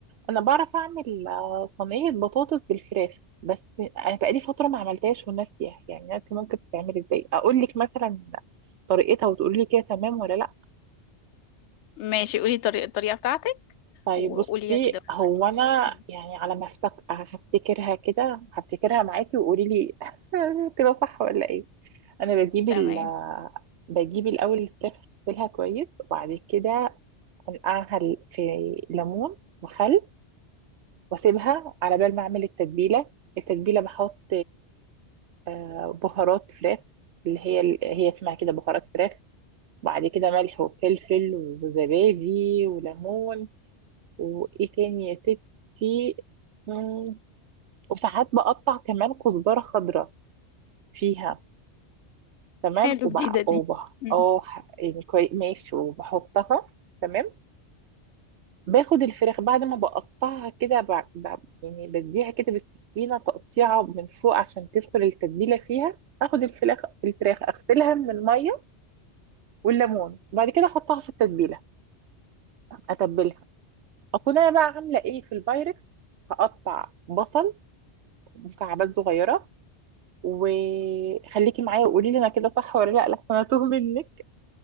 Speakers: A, on the right; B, on the left.
A: انا بعرف اعمل آه، صينية بطاطس بالفراخ بس انا بقالي فترة ما عملتهاش وناسية يعني ناسي ممكن تتعمل ازاي اقول لك مثلا طريقتها وتقولي لي كده تمام ولا
B: ماشي قولي طريقة الطريقة بتاعتك
A: طيب
B: وقوليها
A: بصي
B: كده
A: هو انا
B: م،
A: يعني على ما افتك... هفتكرها كده هفتكرها معاكي وقولي لي <laughs> كده صح ولا ايه انا بجيب ال...
B: تمام
A: بجيب الاول الفراخ اغسلها كويس وبعد كده انقعها ال- في ليمون وخل واسيبها على بال ما اعمل التتبيله التتبيله بحط آه، بهارات فراخ اللي هي هي اسمها كده بهارات فراخ وبعد كده ملح وفلفل وزبادي وليمون وايه تاني يا ستي مم، وساعات بقطع كمان كزبرة خضراء فيها تمام
B: حلو
A: وبع
B: جديدة دي
A: وبح
B: م،
A: اه يعني كويس ماشي وبحطها تمام باخد الفراخ بعد ما بقطعها كده ب... ب... يعني بديها كده بالسكينة تقطيعة من فوق عشان تدخل التتبيلة فيها اخد الفراخ الفراخ اغسلها من المية والليمون وبعد كده احطها في التتبيلة اتبلها اكون انا بقى عاملة ايه في البايركس هقطع بصل مكعبات صغيرة وخليكي معايا وقولي لي انا كده صح ولا لا لحسن انا توه منك